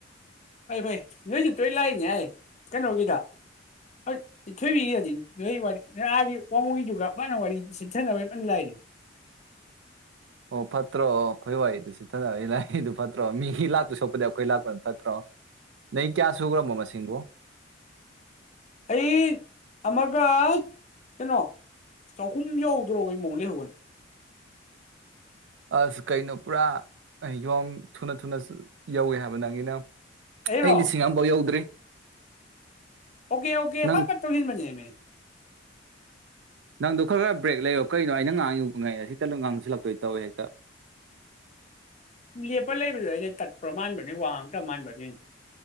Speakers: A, on the left; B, on the right.
A: ꯐꯩ ꯐꯩ ꯅꯣꯏꯁꯨ ꯇꯣꯏ ꯂꯥꯛꯏꯅꯦ ꯍꯥꯏ ꯀꯩꯅꯣꯒꯤꯗ ꯍꯣꯏ ꯁꯤꯤꯊꯣꯏꯕꯤꯒꯗꯤ ꯅꯣꯏ ꯋꯥꯔꯤꯥꯒꯤ ꯋꯥꯡꯉꯨꯒꯤꯗꯨꯒ ꯃꯥꯅ ꯋꯥꯔꯤ ꯁꯤꯤꯠꯊꯅꯕꯒꯤ ꯂꯣꯏꯅ ꯂꯥꯛꯏꯅꯦ
B: ꯑꯣ ꯐꯠꯇ꯭ꯔꯣ ꯑꯩ ꯈꯣꯏ ꯋꯥꯏꯗꯨ ꯁꯤꯊꯅꯕ ꯑꯩ ꯂꯥꯏ ꯃꯤꯗꯨ ꯐꯠꯇ꯭ꯔꯣ ꯃꯤꯒꯤ ꯂꯥꯛꯇꯨ ꯁꯣꯛꯄꯗꯤ ꯑꯩꯈꯣꯏ ꯂꯥꯛꯄꯗꯨ ꯐꯠꯇ꯭ꯔꯣ ꯅꯗꯩ ꯀꯌꯥ ꯁꯨꯈ꯭ꯔꯝꯕꯣ ꯃꯁꯤꯡꯕꯨꯣ
A: ꯑꯩ ꯑꯃꯒ ꯀꯩꯅꯣ ꯆꯍꯨꯝ ꯌꯧꯗ꯭ꯔꯣꯕꯩ ꯃꯑꯣꯡ ꯂꯩꯍꯧꯕꯅꯤ
B: ꯑꯁ ꯀꯩꯅꯣ ꯄꯨꯔꯥ ꯑꯩ ꯌꯣꯝ ꯊꯨꯅ ꯊꯨꯅ ꯌꯧꯋꯦ ꯍꯥꯏꯕ ꯅꯪꯒꯤꯅ
A: ꯑꯩꯔꯣ
B: ꯑꯩ ꯂꯤꯁꯤꯡ ꯑꯃꯐꯥꯎ ꯌꯧꯗ꯭ꯔꯤ
A: ꯑꯣꯀꯦ ꯑꯣꯀꯦ
B: ꯅꯪ
A: ꯐꯠ ꯐꯠ ꯇꯧꯁꯟꯕꯅꯦꯃꯦ
B: ꯅꯪꯗꯣ ꯈꯔ ꯈꯔ ꯕ꯭ꯔꯦꯛ ꯂꯩꯔꯣ ꯀꯔꯤꯅꯣ ꯑꯩꯅ ꯉꯥꯡꯉꯤ ꯉ ꯁꯤꯇ ꯉꯥꯡꯁꯤꯜꯂꯛꯇꯣꯏ ꯇꯧꯋꯦ ꯍꯦꯛꯇ
A: ꯂꯦꯞꯄ ꯂꯩꯕꯗꯨ ꯑꯩꯅ ꯇꯠꯄ ꯃꯥꯥꯟꯕ ꯅꯦꯋꯥꯛ ꯑꯝ ꯇꯧ ꯃꯥꯥꯟꯕ ꯑꯗꯨꯏꯅꯤ